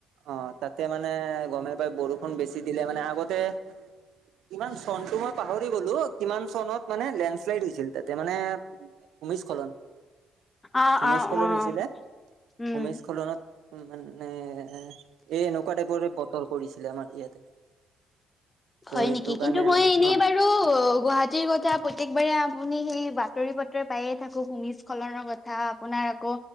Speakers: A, on the right; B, on the left.
A: অ তাতে মানে গমেই পায় বৰষ বৰষুণ বেছি দিলে মানে আগতে কিমান চনটো মই পাহৰি গলো কিমান চনত মানে লেণ্ড শ্লাইড হৈছিল তাতে মানে ভূমিস্খলন
B: অ',
A: ভূমিস্খলন
B: অ', অ',
A: হৈ হৈছিলে
B: উম।
A: ভূমিস্খলনত মানে এই এনেকুৱা টাইপৰে বতৰ কৰিছিলে আমাৰ ইয়াতে ত'
B: হয়
A: এইটো
B: নেকি
A: কাৰণে
B: কিন্তু মই
A: মানে
B: এনেই
A: অ
B: বাৰু অ গুৱাহাটীৰ কথা প্ৰত্যেকবাৰেই আপুনি সেই বাতৰি পত্ৰত পায়ে থাকো ভূমিস্খলনৰ কথা থা আপোনাৰ আকৌ